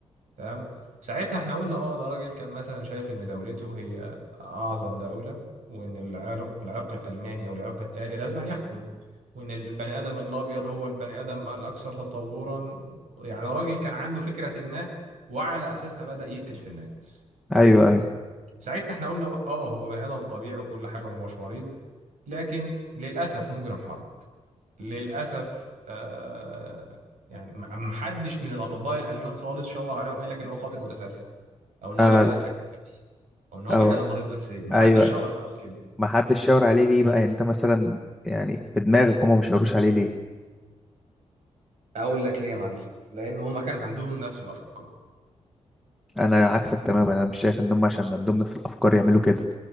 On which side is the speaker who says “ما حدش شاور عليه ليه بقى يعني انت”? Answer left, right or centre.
Centre